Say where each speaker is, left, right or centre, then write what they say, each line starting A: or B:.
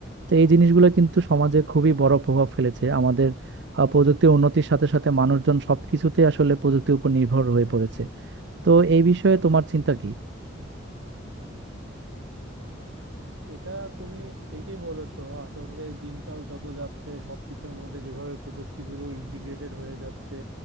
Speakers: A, on the right (about 65°); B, on the right (about 85°).
A: তো এই জিনিসগুলো কিন্তু সমাজে খুবই বড় প্রভাব ফেলেছে আমাদের আহ, প্রযুক্তির উন্নতির সাথে সাথে মানুষজন সবকিছুতে আসলে প্রযুক্তির উপর নির্ভর হয়ে পড়েছে তো এই বিষয়ে তোমার চিন্তা কি
B: এটা তুমি ঠিকই বলেছো আসলে দিনকাল যত যাচ্ছে সবকিছুর মধ্যে যেভাবে প্রযুক্তিগুলো ইন্টিগ্রেটেড হয়ে যাচ্ছে